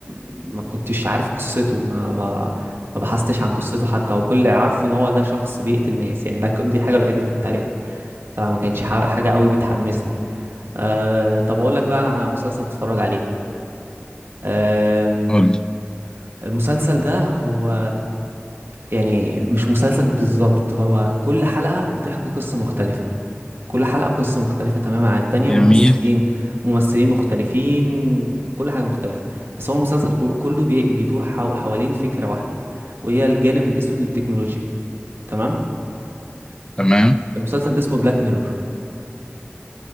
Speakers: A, on the right; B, on the left.
A: ما كنتش عارف قصته ما ما ما بحثتش عن قصته حتى هو كل اللي عارفه ان هو ده شخص بيقتل ناس يعني ده ك- دي الحاجة الوحيدة اللي كنت عارفها فما كانتش ح- حاجة قوي بتحمسني أه طب اقول لك بقى انا على مسلسل تتفرج عليه
B: قول
A: المسلسل ده هو يعني مش مسلسل بالظبط هو كل حلقة بتحكي قصة مختلفة كل حلقة قصة مختلفة تماما عن التانية
B: جميل
A: وممثلين ممثلين مختلفين كل حاجة مختلفة بس هو المسلسل كل- كله بي- بيدور حو- حوالين فكرة واحدة وهي الجانب الأسود للتكنولوجيا تمام
B: تمام
A: المسلسل ده اسمه بلاك ميرور